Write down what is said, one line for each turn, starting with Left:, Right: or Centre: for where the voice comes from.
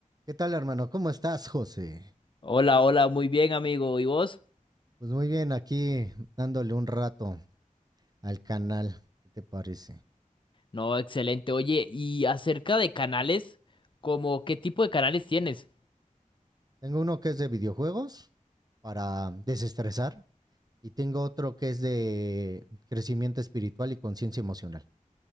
Right: ¿Qué tal, hermano? ¿Cómo estás, José?
Left: Hola, hola, muy bien, amigo. ¿Y vos?
Right: Pues muy bien, aquí dándole un rato al canal. ¿Qué te parece?
Left: No, excelente. Oye, y acerca de canales, ¿como qué tipo de canales tienes?
Right: Tengo uno que es de videojuegos para desestresar y tengo otro que es de crecimiento espiritual y conciencia emocional.